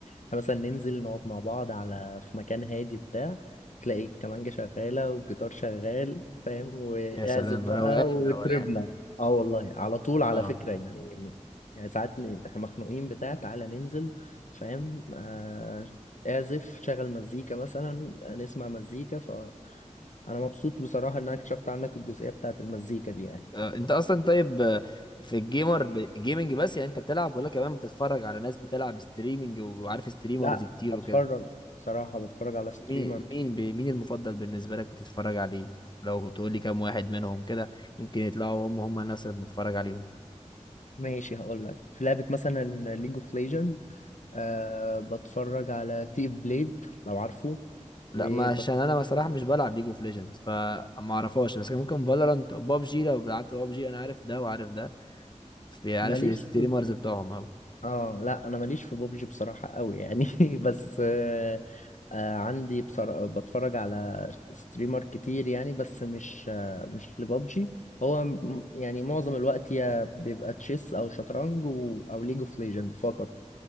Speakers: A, on the left (about 80°); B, on the left (about 35°).
A: احنا مثلا ننزل نقعد مع بعض على في مكان هادي بتاع تلاقي الكمانجة شغالة والجيتار شغال فاهم واعزف
B: يا سلام
A: بقى
B: روقان
A: وتربنا
B: روقان
A: اه والله على طول على
B: اه
A: فكرة يعني يعني ساعات ن- احنا مخنوقين بتاع تعالى ننزل فاهم آه، اعزف شغل مزيكا مثلا نسمع مزيكا فأنا مبسوط بصراحة إن أنا اكتشفت عنك الجزئية بتاعت المزيكا دي يعني
B: آه، انت اصلا طيب آه، في الجيمر ب... جيمنج بس يعني انت بتلعب ولا كمان بتتفرج على ناس بتلعب ستريمنج وعارف ستريمرز
A: لا
B: كتير
A: بتفرج
B: وكده
A: بصراحة بتفرج على ستريمر
B: مين مين بي- مين المفضل بالنسبة لك بتتفرج عليه لو تقول لي كام واحد منهم كده يمكن يطلعوا هم هم الناس اللي بنتفرج عليهم
A: ماشي هقول لك في لعبة مثلا ليج اوف ليجند أه بتفرج على تيف بليد لو عارفه وبت...
B: لا ما عشان انا بصراحة مش بلعب ليج اوف ليجندز فما اعرفهاش بس كان ممكن فالورانت بابجي لو لعبت بابجي انا عارف ده وعارف ده في عارف
A: ماليش
B: الستريمرز
A: في...
B: بتوعهم أوي
A: اه لا انا ماليش في بوبجي بصراحة قوي يعني <laughs> بس أه آه، عندي بصرا... بتفرج على ستريمر كتير يعني بس مش آه، مش لبابجي هو م- يعني معظم الوقت يا بيبقى تشيس او شطرنج و... او ليج اوف ليجند فقط